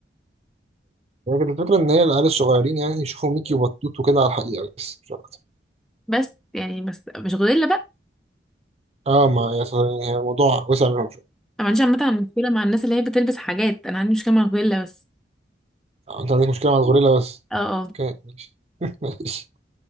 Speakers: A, on the right; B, in the centre.
A: لكن الفكرة إن هي العيال الصغيرين يعني يشوفوا ميكي وبطوط وكده على الحقيقة بس مش أكتر
B: بس يعني بس مش غوريلا بقى
A: اه ما يعني هي الموضوع وسع منهم
B: أنا ما عنديش عامة مشكلة مع الناس اللي هي بتلبس حاجات أنا عندي مشكلة مع الغوريلا بس
A: آه، انت عندك مشكلة مع الغوريلا بس
B: اه اه
A: اوكي ماشي <laughs> ماشي